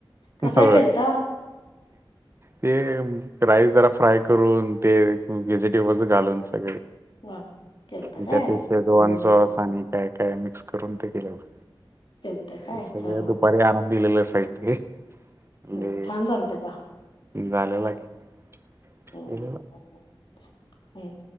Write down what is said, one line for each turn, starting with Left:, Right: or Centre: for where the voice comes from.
Left: कसा
Right: होय.
Left: केलता
Right: ते राईस जरा फ्राय करून ते वेझीटेबल घालून सगळे
Left: हा, केलता
Right: अन
Left: काय
Right: त्यात ते शेजवान
Left: हो
Right: सॉस
Left: हो
Right: आणि काय काय मिक्स करून ते केलं होतं.
Left: केलत काय
Right: ते सगळ
Left: हा हा.
Right: दुपारी आणून दिलेलं साहित्य फुले
Left: हम्म, छान झालत का
Right: घालाय लागेल.
Left: हम्म हम्म.